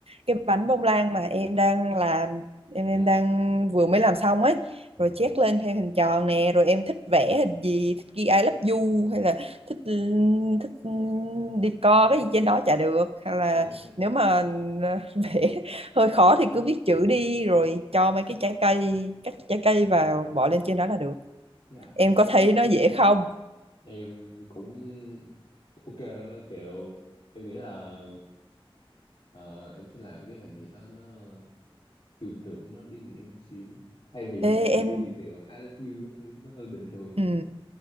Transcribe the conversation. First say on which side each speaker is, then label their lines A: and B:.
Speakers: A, on the right (about 85°); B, on the left (about 60°).
A: cái bánh bông lan mà em đang làm em em
B: dạ
A: đang vừa mới làm xong ấy rồi chét lên theo hình tròn nè rồi em thích vẽ hình gì thích ghi I love you hay là thích thích decor cái gì trên đó chả được hay là
B: dạ dạ
A: nếu mà <laughs> vẽ hơi khó thì cứ viết chữ đi rồi cho mấy cái trái cây các trái cây vào bỏ lên trên đó là được
B: dạ,
A: em
B: ok
A: có thấy nó dễ không
B: em cũng ok kiểu em nghĩ là ờ, em sẽ làm cái hình gì đó nó chiều tượng nó ý nghĩa một xíu thay vì
A: Ê,
B: chỉ
A: em
B: ghi kiểu I love you cái thứ nó hơi bình thường
A: ừ,
B: quá